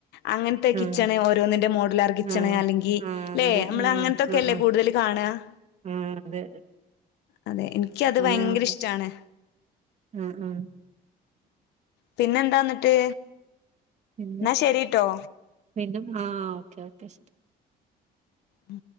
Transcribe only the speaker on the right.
അതെ
ആഹ് ആഹ്
ആഹ് അങ്ങനെ
ആഹ്
ആഹ്
ആഹ്
ആഹ് അതെ
അങ്ങനെ
നോക്കാം
ആഹ് ആഹ്
പിന്നെ
പിന്നെ ആഹ് ഓക്കെ ഓക്കെ ശെരി